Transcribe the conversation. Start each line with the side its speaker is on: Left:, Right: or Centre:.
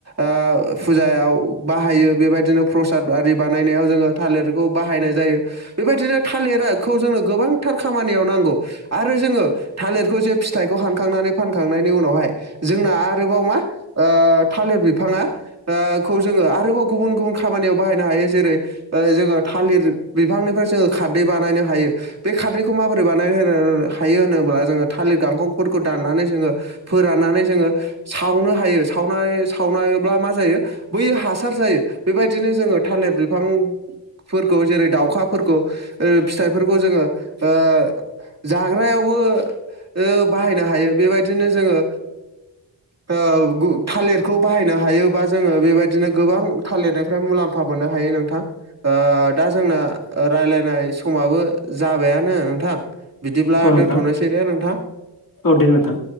Right: आ फुजा आव बाहायो बेबायदिनो प्रसाद आरि बानायनायाव जोङो थालिरखौ बाहायनाय जायो बेबायदिनो थालिरखौ जोंनो गोबांथार खामानियाव नांगौ आरो जोङो थालिरखौ जे फिथाइखौ हानखांनानै फानखांनायनि उनावहाय जोंना आरोबाव मा थालिर बिफाङा खौ जोङो आरोबाव गुबुन गुबुन खामानियाव बाहायनो हायो जेरै ओ जोङो थालिर बिफांनिफ्राय जोङो खारदै बानायनो हायो बे खारदैखौ माबोरै बानायनानै होनो हायो होनोब्ला जोङो थालिर गांखं फोरखौ दाननानै जोङो फोराननानै जोङो सावनो हायो सावनानै सावनायब्ला मा जायो बैयो हासार जायो बेबायदिनो जोङो थालिर बिफांफोरखौ जेरै दाउखाफोरखौ ओ फिथाइफोरखौ जोङो ओ जाग्रायावबो ओ बाहायनो हायो बेबायदिनो जोङो ओ थालिरखौ बाहायनो हायोबा जोङो बेबायदि बिदिनो गोबां थालिरनिफ्राय मुलामफा मोननो हायो नोंथां दा जोंना रायज्लायनाय समाबो जाबायानो नोंथां बिदिब्ला
Left: औ नोंथां
Right: दोनथ'नोसै दे नोंथां।
Left: औ दे नोंथां